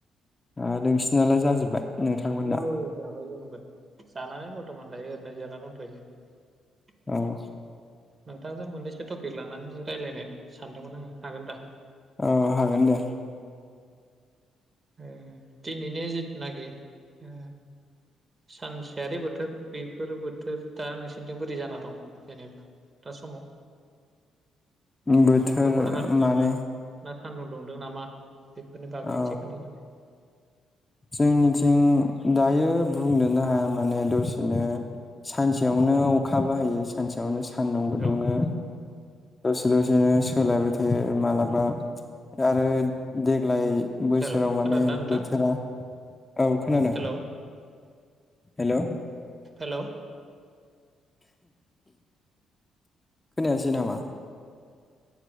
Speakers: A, on the left (about 20°); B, on the right (about 30°).
A: ओ नोंसिनालाय जाजोब्बाय नोंथांमोनना
B: औ जाबाय जोंबो जानानै बर्थ'मान दायो ओरैनो जानानै दंथ'यो।
A: अह
B: नोंथांजों मोननैसो टपिक लानानै रायज्लायनो सानदोंमोन आङो हागोन दा
A: औ हागोन दे।
B: ओ दिनैनि जिथुनाखि ओ सानसेयारि बोथोर बेफोर बोथोर दा नोंसिोरथिं बोरै जाना दं जेनेबा दा समाव
A: बोथोर
B: अखाफोर हादों नामा
A: माने
B: ना सान्दुं दुंदों नामा? बेफोरनि बागै।
A: औ
B: इसे खोन्थादो दे
A: जोंनिथिं दायो बुंनोनो हाया माने दसेनो सानसेयावनो अखा बाहायो सानसेयावनो सान सान्दुंबो
B: औ
A: दुङो। दसे दसेनो सोलायबाय थायो मालाबा आरो देग्लाय बोसोराव
B: हेलौ
A: माने
B: खोनादोंना नोंथां
A: बोथोरा औ खोनादों।
B: हेलौ
A: हेलौ
B: हेलौ
A: खोनायासै नामा